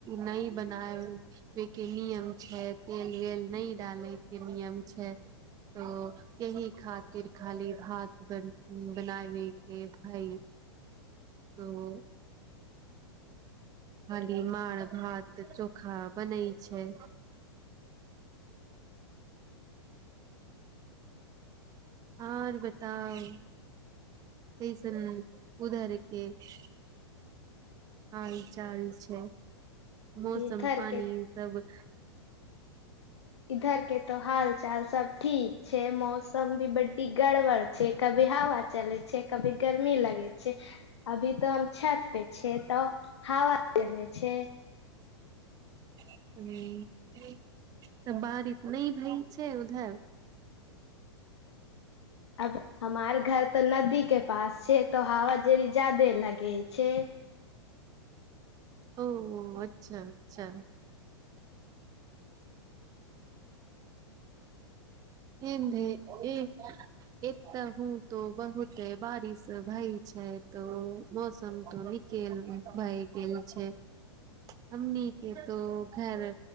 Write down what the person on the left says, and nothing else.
इधर
के
इधर के तो हाल चाल सब ठीक छै मौसम भी बड्डी गड़बड़ छै कभी हवा चले छै कभी गर्मी लगै छै अभी तऽ हम छत पे छिय तऽ हवा चले छै।
अब हमार घर। तो नदी के पास छै तो हवा जेड़ी जादे लगे। <unintelligible> छै।